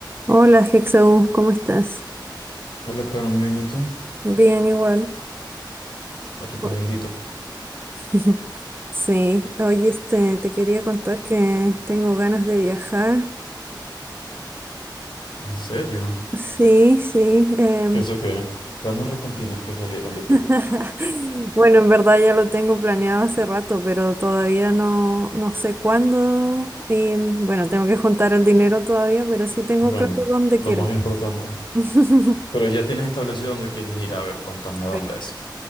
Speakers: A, on the right; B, on the left.
A: Hola, Hexaú, ¿cómo estás?
B: Hola, Karen, bien, ¿y tú?
A: Bien, igual.
B: Aquí comiendito.
A: Bueno. <laughs> Sí, oye, este, te quería contar que tengo ganas de viajar.
B: ¿En serio?
A: Sí, sí. em,
B: Eso qué? ganas repentinas que salieron
A: <laughs>
B: de ti.
A: Bueno, en verdad ya lo tengo planeado hace rato, pero todavía no, no sé cuándo. Y mm, bueno, tengo que juntar el dinero todavía, pero sí tengo
B: Bueno,
A: claro dónde
B: lo
A: quiero
B: más
A: ir.
B: importante.
A: <laughs>
B: Pero ya tienes establecido dónde quieres ir. A ver, cuéntame dónde
A: Sí.
B: es.